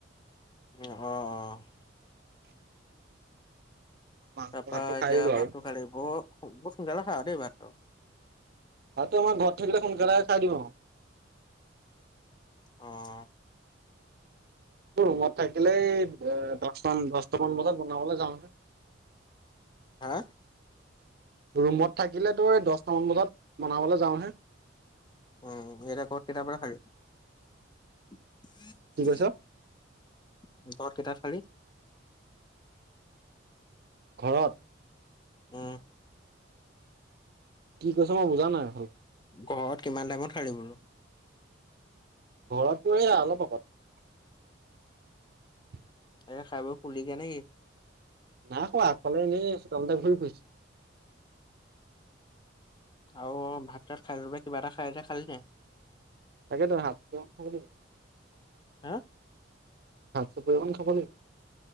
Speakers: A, on the left; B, on the right.
A: উম, অ', অ'।
B: মাংস
A: তাৰপা
B: ভাতটো খাই
A: এতিয়া
B: দিলো
A: ভাতটো
B: আৰু
A: খালি, বৰ বৰ সোনকালে খাৱ দেই ভাতটো।
B: ভাতটো আমাৰ ঘৰত থাকিলে সোনকালে খাই দিওঁ আও।
A: অ'।
B: মোৰ ৰুমত থাকিলে এই দচটা দচটামান বজাত বনাবলৈ যাওঁহে।
A: হা।
B: ৰুমত থাকিলে তোৰ এই দহটামান বজাত বনাবলৈ যাওঁহে।
A: উ, এতিয়া কৰ্ট কেটা পৰা থাকে? ঘৰত
B: কি কৈছ
A: কেইটাত খালি?
B: ঘৰত।
A: উম,
B: কি কৈছ মই বুজা নাই, ভাল
A: ঘৱত কিমান টাইমত খালি বোলো।
B: ঘৰত মই অলপ আগত।
A: এ, খাই বৈ শুলিগে নে কি?
B: নাইশোৱা, আগফালে এনেই চোতালতে ঘূৰি ফুৰিছো।
A: আও ভাত চাত খাই <unintelligible> কিবা এটা খাই, এতিয়া খালিনে নাই?
B: তাকে ত হাত <unintelligible>
A: আ।
B: ভাল ফটো এখন থব দেই।